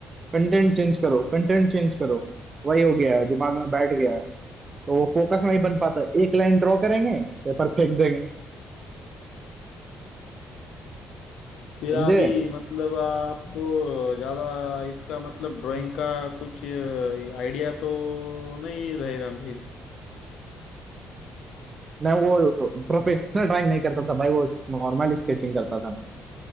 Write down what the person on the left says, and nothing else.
फिर
अभी मतलब आपको ज्यादा इसका मतलब ड्राइंग का कुछ आइडिया तो नहीं रहेगा फिर